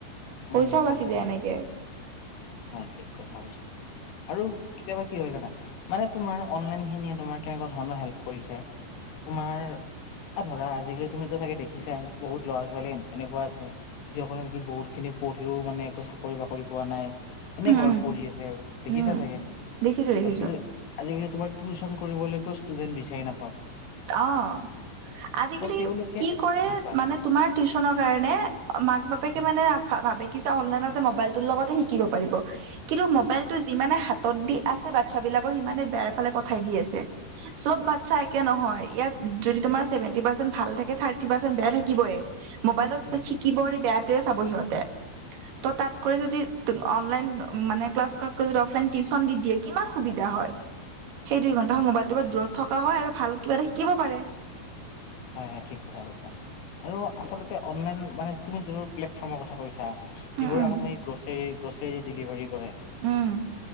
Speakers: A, on the left; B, on the right.
A: উম
B: পইচাও
A: নগলেও
B: বাচি যায়
A: হয়
B: এনেকে',
A: হয়', ঠিক কথা কৈছা আৰু কেতিয়াবা কি হয় জানা? মানে তোমাৰ অনলাইন খিনিয়ে তোমাৰ কেনেকুৱা ধৰণৰ হেল্প কৰিছে তোমাৰ', আহ', ধৰা আজিকালি তুমিতো চাগে দেখিছা বহুত ল'ৰা ছোৱালী এনেকুৱা আছে', যিসকলে নেকি বহুত খিনি পঢ়িও মানে একো চাকৰি বাকৰি পোৱা নাই? এনে
B: উম
A: ঘৰত
B: উম
A: পঢ়ি আছে আৰু দেখিছা
B: উম
A: চাগে?
B: দেখিছো দেখিছো
A: আজিকালি', আজিকালি তোমাৰ টিউচন কৰিব লৈকেও‌ ষ্টুডেণ্ট বিচাৰি নাপাওঁ',
B: অ', আজিকালি
A: ত তেওঁলোকে
B: কি কৰে
A: অ কোৱা
B: মানে
A: কোৱা
B: তোমাৰ? টিউচনৰ কাৰণে মাক বাপেকে
A: উম
B: মানে ভাবে কি যে অনলাইন মোবাইলটোৰ লগতে শিকিব পাৰিব', কিন্তু মোবাইলটো যিমানে হাতত দি আছে বাচ্ছা বিলাকৰ সিমানে বেয়াৰ ফালে পঠাই দি আছে', চব বাচ্ছা এক', একে নহয়, ইয়াত যদি তোমাৰ চেভেন্টি পাৰ্চেন্ট ভাল থাকে থাৰ্টি পাৰ্চেন্ট বেয়া থাকিবেই', মোবাইলত
A: উম
B: শিকিব বেয়াটোৱে চাব সিহঁতে', ত' তাতকৈ যদি তো', অনলাইন মানে ক্লাছ ক', -কৰাত যদি অফলাইন টিউচন দি দিয়ে কিমান সুবিধা হয়', সেই দুই ঘন্টা মোবাইলটো পৰি দূৰত থকা হয় আৰু ভাল কিবা এটা শিকিব পাৰে',
A: হয়', - হয়, ' ঠিক কথা কৈছা আৰু আচলতে অনলাইন মানে তুমি যিবোৰ প্লেটফৰ্মৰ কথা কৈছা?
B: উম
A: যিবোৰে
B: উম
A: আমাক মানে গ্ৰচেৰী গ্ৰচেৰী ডেলিভাৰী', কৰে,
B: উম